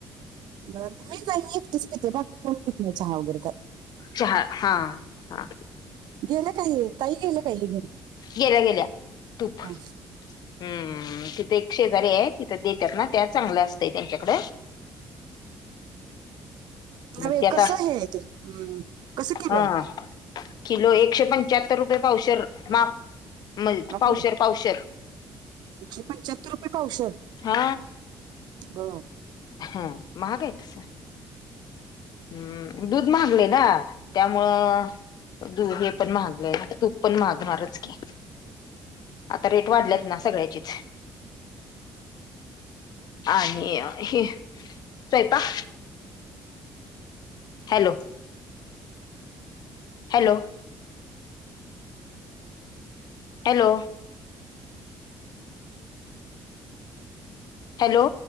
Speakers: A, on the right; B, on the left.
A: मी च आणि एकटीच पिते, बाकी कोनी पित नाही चहा वगैरे तर.
B: चहा, हां ह.
A: गेलं काय हे ताई गेल्या काय हे घेऊन
B: गेल्या गेल्या तूप हम्म
A: हा,
B: तिथ एक शेजारी आहेत. तिथं देत्यात ना त्या चांगल्या असतय त्यांच्याकड मग
A: नाय
B: ते आता
A: कस हाय ते हम्म कसं किलो
B: हा
A: हाय.
B: किलो एकशे पंचाहत्तर रुपये पावशर माप म
A: अगं
B: पावशर
A: बाई
B: पावशर
A: एकशे पंच्याहत्तर रुपये पावशर.
B: हा
A: बर
B: हा महाग आहे तस हम्म दूध महागलय ना त्यामुळं दूध हे पण महागलंय ना तूप पण महागणारच की आता रेट वाढल्यात ना सगळ्याचेच आणि हे स्वयंपाक हॅलो हॅलो हॅलो हॅलो